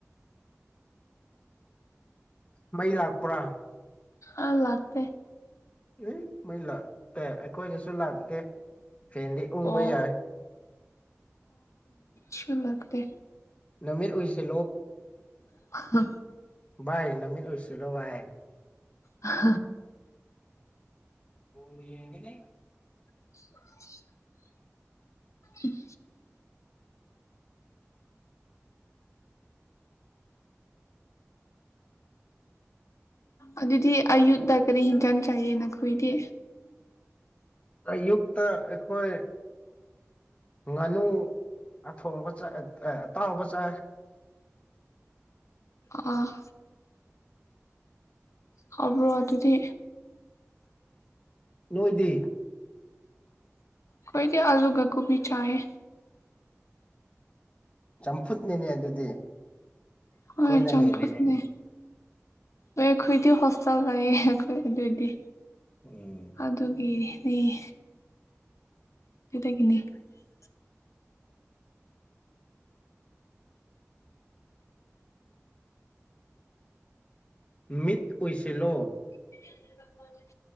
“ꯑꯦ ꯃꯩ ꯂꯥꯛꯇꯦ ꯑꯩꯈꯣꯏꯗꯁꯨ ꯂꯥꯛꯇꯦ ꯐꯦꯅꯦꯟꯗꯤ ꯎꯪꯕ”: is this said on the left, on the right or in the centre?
Left